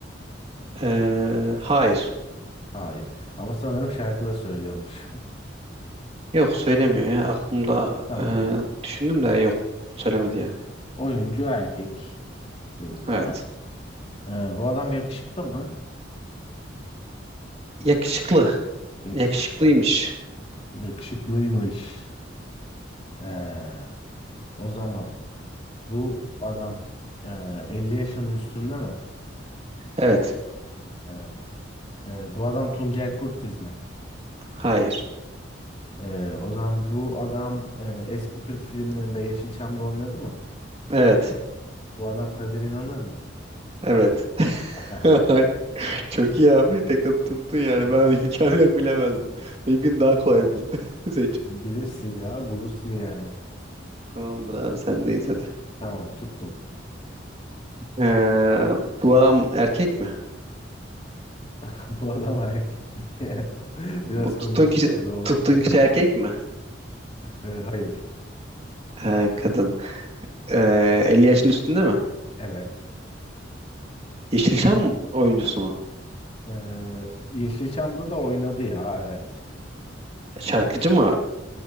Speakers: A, on the right; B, on the left.
A: Ee, hayır.
B: Hayır. Ama sanırım şarkı da söylüyormuş.
A: Yok söylemiyor ya. Aklımda
B: <laughs> Tamam.
A: e, düşündüm de yok. Söylemedi yani.
B: Oyuncu erkek dedik
A: Evet.
B: değil mi? Ee, bu adam yakışıklı mı?
A: Yakışıklı.
B: Yakışıklı.
A: Yakışıklıymış.
B: Yakışıklıymış. Ee, o zaman bu adam ee, 50 yaşının üstünde mi?
A: Evet.
B: Evet. Ee, bu adam Tuncel Kurtiz mi?
A: Hayır.
B: Ee, o zaman bu adam e, eski Türk filmlerinde Yeşilçam'da oynadı mı?
A: Evet.
B: Bu adam Kadir İnanır mı?
A: Evet. <laughs>
B: <laughs>
A: Ay, Çok iyi abi. Tekte tuttun yani.
B: Tamam.
A: Ben <laughs> imkanı yok bilemezdim. Benimkini daha kolay bul. <laughs> Seç.
B: Bilirsin ya, bulursun yani.
A: Tamamdır abi sendeyiz hadi.
B: Tamam, tuttum.
A: Ee, bu adam erkek mi?
B: <laughs> Bu adam erkek mi? <laughs> Biraz
A: Bu
B: komik
A: tuttuğun kişi,
B: bir soru oldu.
A: tuttuğun
B: <laughs>
A: kişi erkek mi?
B: Ee, hayır.
A: Ee, kadın. Ee, 50 yaşın üstünde mi?
B: Evet.
A: Yeşilçam oyuncusu mu?
B: Ee, Yeşilçam'da da oynadı ya, evet.
A: Şarkıcı mı?